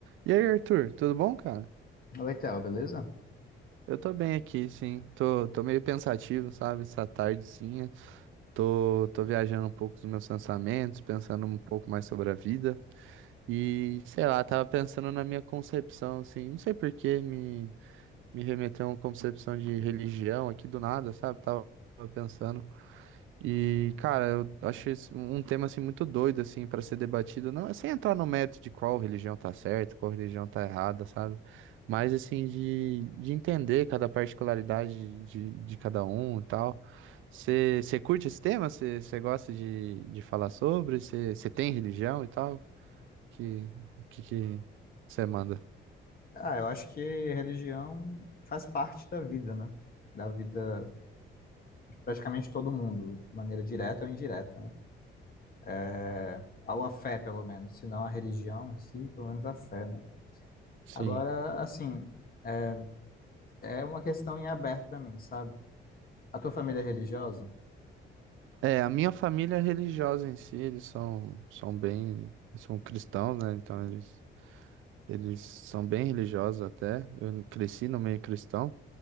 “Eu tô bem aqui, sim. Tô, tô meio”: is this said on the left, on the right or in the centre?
Right